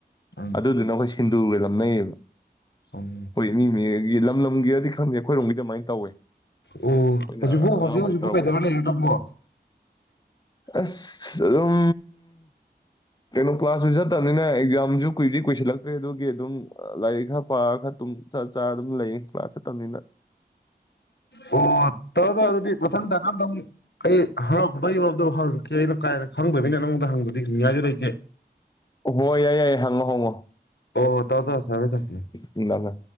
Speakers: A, on the left; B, on the left.
A: ꯎꯝ
B: ꯑꯗꯨꯗꯨꯅ ꯈꯣꯏ ꯁꯤꯟꯗꯨꯔꯒ ꯅꯝꯅꯩꯕ
A: ꯎꯝ
B: ꯍꯣꯏ ꯃꯤ <unintelligible> ꯂꯝ ꯂꯝꯒꯤꯔꯗꯤ ꯈꯪꯗꯦ ꯑꯩꯈꯣꯏꯔꯣꯝꯒꯤꯗꯤ ꯑꯗꯨꯃꯥꯏꯅ ꯇꯧꯋꯦ
A: ꯑꯣ
B: ꯑꯩꯈꯣꯏꯅ
A: ꯍꯧꯖꯤꯛꯄꯣ
B: ꯑꯉꯥꯡ
A: ꯍꯧꯖꯤꯛ
B: ꯑꯣꯏꯔꯤꯉꯩ
A: ꯍꯧꯖꯤꯛꯄꯣ
B: ꯇꯧꯔꯛꯄꯁꯦ
A: ꯀꯩꯗꯧꯔ ꯂꯩꯔꯤꯅꯣ ꯅꯪꯕꯣ <unintelligible>
B: ꯑꯁ ꯑꯗꯨꯝ ꯀꯩꯅꯣ ꯀꯂ꯭ꯥꯁꯁꯨ ꯆꯠ ꯇꯕꯅꯤꯅ ꯑꯦꯛꯖꯥꯝꯁꯨ ꯀꯨꯏꯗꯤ ꯀꯨꯏꯁꯤꯜꯂꯛ ꯆꯠꯇ꯭ꯔꯦ ꯑꯗꯨꯒꯤ ꯑꯗꯨꯝ ꯂꯥꯏꯔꯤꯛ ꯈꯔ ꯄꯥꯔ ꯈꯔ ꯇꯨꯝ ꯆꯠ ꯆꯥꯔ ꯑꯗꯨꯝ ꯂꯩ ꯀ꯭ꯂꯥꯁ ꯆꯠꯇꯕꯅꯤꯅ
A: ꯑꯣ ꯇꯧꯔꯣ ꯇꯧꯔꯣ ꯑꯗꯨꯗꯤ ꯃꯊꯪꯗꯀꯥꯟꯗ ꯑꯩ ꯍꯔꯛꯗ ꯌꯗꯣ ꯍꯪꯉꯛꯀꯦ ꯑꯩꯅ ꯀꯥꯏꯅ ꯈꯪꯗꯣꯏꯅꯤ ꯅꯉꯣꯟꯗ ꯍꯪꯕꯗꯤ ꯍꯪꯅꯤꯡꯉꯥꯏꯁꯨ ꯂꯩꯇꯦ
B: ꯍ ꯌꯥꯏ ꯌꯥꯏ ꯍꯪꯉꯣ ꯍꯡꯉꯣ
A: ꯑꯣ ꯇꯗ ꯊꯔꯦ ꯊꯅꯦ
B: ꯎꯝ